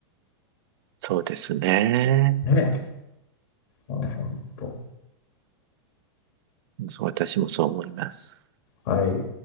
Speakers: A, on the right; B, on the left.
A: そうですね。
B: ねえ。うんほんと
A: そう、私もそう思います。
B: はい。